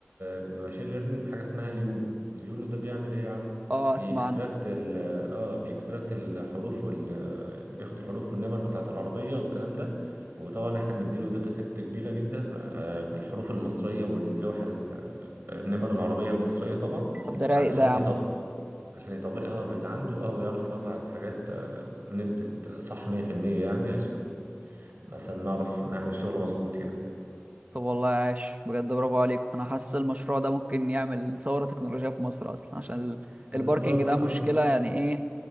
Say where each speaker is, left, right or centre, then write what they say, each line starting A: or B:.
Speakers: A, on the right; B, on the right.
A: ماشين ليرنينج حاجة اسمها اليولو اليولو ده بيعمل ايه يا عم
B: اه
A: بيكستراكت
B: اسمع عنه
A: ال اه بيكستراكت الحروف وال آه، بياخد الحروف والنمر بتاعة العربية والكلام ده وطبعا احنا مديله داتا ست كبيرة جدا آه، بالحروف المصرية واللوحة ال- آه، النمر العربية المصرية طبعا
B: طب ده رايق
A: علشان
B: ده يا عم
A: يط- عشان يطبقها باللي عنده اه ويعرف يطلع الحاجات آه، نسبة صح 100% يعني عشان مثلا نعرف نعمل الشغل مظبوط يعني
B: طب والله عاش بجد برافو عليكم انا حاسس المشروع ده ممكن يعمل ثوره تكنولوجيه في مصر اصلا عشان ال-
A: بالظبط
B: الباركينج ده مشكله
A: اه
B: يعني ايه